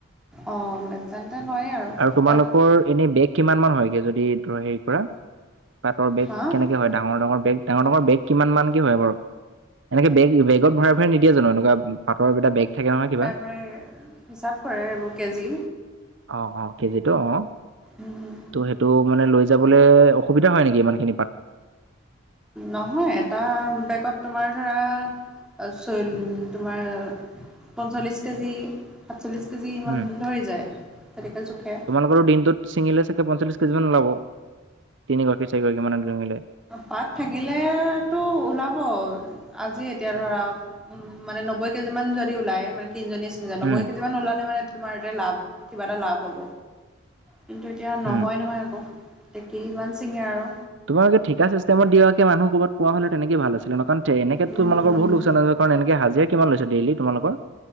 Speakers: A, in the centre; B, on the right (about 65°).
A: অ এজেণ্টে লয়ে আৰু
B: তোমালৰ
A: তাত
B: এনে বেগ কিমান হয় গে এনে যদি হেৰি কৰা পাতৰ বেগ
A: হা অ
B: কে হয় ডাঙৰ ডাঙৰ বেগ ডাঙৰ ডাঙৰ বেগ কিমান মান কি হয় বাৰু এনেকে বেগ বেগত ভৰাই, নিদিয়ে জানো এনেকুৱা পাতৰ এটা বেগ থাক নহয় কিবা।
A: প্ৰায়, হিচাপ কৰে এইবোৰ কেজি।
B: অ অ কেজিটো অ
A: উম
B: ত' সেইটো মানে লৈ যাবলৈ অসুবিধা হয় নেকি ইমান খিনি পাত।
A: নহয় এটা বেগত তোমাৰ ধৰা। চ তোমাৰ পঞ্চল্লিছ কেজি, সাতচল্লিছ কেজিমান
B: উম
A: ধৰি যায় তেনেকে জোখে।
B: বাৰু দিনটোত ছিঙিলে চাগে পঞ্চল্লিছ কেজিমান ওলাব তিনিগৰাকী চাৰিগৰাকী মানে ছিঙিলে।
A: পাত থাকিলেতো ওলাব। আজি এতিয়া ধৰাক উ মানে নব্বৈ কেজি মান যদি ওলাই মানে তিনজনী নব্বৈ
B: উম
A: কেজি মান ওলালে মানে তোমাৰ এতিয়া লাভ কিবা এটা লাভ হ'ব কিন্তু, এতিয়া নহয়
B: উম
A: নহয় আকৌ কিমান ছিঙে আৰু
B: তোমালোক ঠিকা চিষ্টেমত দিয়াকে মানহ কৰবাত পোৱা হলে তেনেক ভাল আছিলে ন কাৰণ। তে এনেকেত
A: উম
B: তোমালোকৰ বহুত লোকচান হৈছে কাৰণ এনেকে হাজিাৰ কিমান লৈছে ডেইলি তোমালোকৰ।